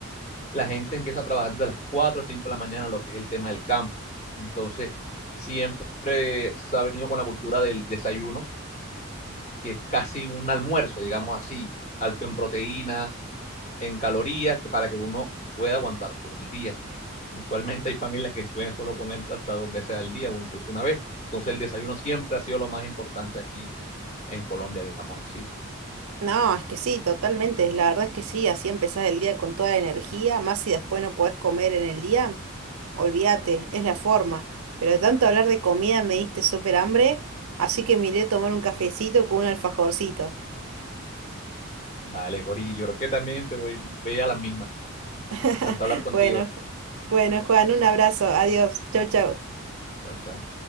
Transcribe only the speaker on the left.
la gente empieza a trabajar desde las 4 o 5 de la mañana, lo que es el tema del campo. Entonces, siempre se ha venido con la cultura del desayuno, que es casi un almuerzo, digamos así, alto en proteína, en calorías, que- para que uno pueda aguantar todo el día. Usualmente hay familias que pueden solo comer hasta dos veces al día o incluso una vez. Entonces, el desayuno siempre ha sido lo más importante aquí en Colombia, digamos así.
Vale, Gori, yo creo que también te voy, voy a las mismas.
Encantado de hablar contigo.
Chao, chao.